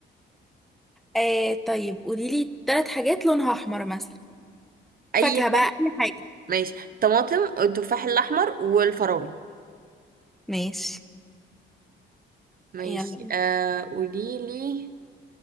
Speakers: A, in the centre; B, on the right (about 45°).
A: آه طيب قولي لي ثلاث حاجات لونها احمر مثلا
B: اي
A: فاكهة بقى
B: حاجة.
A: اي حاجة
B: ماشي طماطم والتفاح الاحمر والفراولة
A: ماشي
B: ماشي
A: يلا
B: آه قوليلي